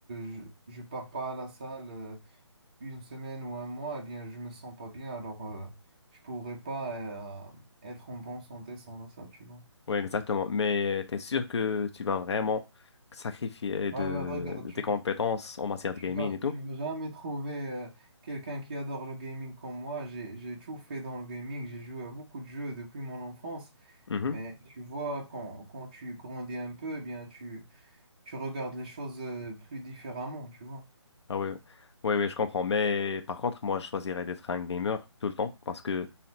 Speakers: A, on the right; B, on the left.
A: je, je pars pas à la salle euh, une semaine ou un mois, eh bien, je me sens pas bien, alors euh, je pourrais pas euh, être en bonne santé sans la salle, tu vois.
B: ouais, exactement. Mais tu es sûr que tu vas vraiment sacrifier
A: Ouais,
B: de,
A: ouais, regarde,
B: de
A: tu
B: tes compétences en matière
A: Tu
B: de gaming
A: vas,
B: et tout?
A: tu vas jamais trouver euh, quelqu'un qui adore le gaming comme moi. J'ai, j'ai tout fait dans le gaming. J'ai joué à beaucoup de jeux depuis mon enfance.
B: Mhm.
A: Mais tu vois, quand, quand tu grandis un peu, eh bien, tu, tu regardes les choses euh, plus différemment, tu vois.
B: Ah oui, ouais, ouais, ouais, je comprends. Mais par contre, moi, je choisirais d'être un gamer tout le temps parce que